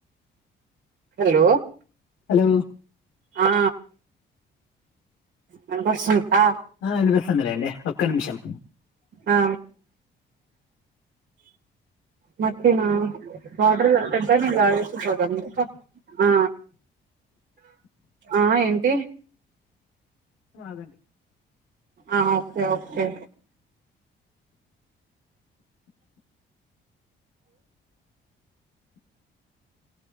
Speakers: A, on the right; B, on the left.
A: హలో
B: హలో
A: ఆ వినపిస్తుంతా
B: ఆ వినిపిస్తాద్ లేండి ఒక్క నిమిషం
A: ఆ నత్ అంతేనా వాటర్ గాదు టెంకాయి నీళ్లు తాగేసి పోదాం ఆ ఆ ఏంటి
B: అగండి
A: ఆ ఓకే ఓకే